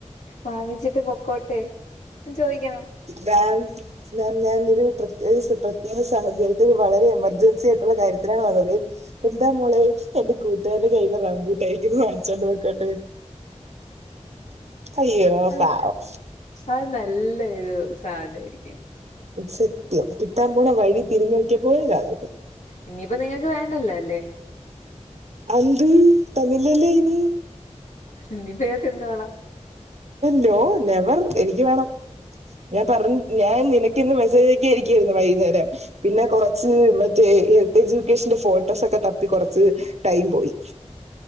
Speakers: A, on the left; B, on the right.
A: വാങ്ങിച്ചിട്ട് പൊക്കോട്ടെ ന്ന് ചോയിക്കണം.
B: മാം മാം ഞാനൊരു പ്രത്യേക സ പ്രത്യേക സാഹചര്യത്തിൽ വളരെ എമർജൻസി ആയി ട്ടുള്ള കാര്യത്തിനാണ് വന്നത്. എന്താ മോളെ എന്റെ കൂട്ടുകാരിടെ കയ്യീല് റംബൂ കയ്ക്കിന്ന് വാൻച്ചോണ്ട് പൊക്കോട്ടെ അയ്യോ
A: അത്
B: പാവം
A: അത് നല്ലെയൊരു സാനാരിക്കും.
B: സത്യം കിട്ടാൻ പോണ വഴി തിരിഞ്ഞോക്കിയപ്പോലും കാണൂല.
A: ഇഞ്ഞിപ്പൊ നിങ്ങക്ക് വേണ്ടല്ലോ അല്ലേ.
B: അന്ത് തന്നില്ലല്ലോ അയിന്
A: ഇഞ്ഞ്പ്പ ഞാൻ തിന്നോള
B: നോ നെവർ എനിക്ക് വേണം. ഞാൻ പറ ഞാൻ നിന ക്കിന്ന് മെസ്സേജ് അയക്കായിരിക്കേര്ന്ന് വൈകുന്നേരം പിന്ന കൊറച്ച് മറ്റേ ഹെൽത്ത് എജ്യൂക്കേഷന്റെ ഫോട്ടോസൊക്കെ തപ്പി കൊർച്ച് ടൈം പോയി.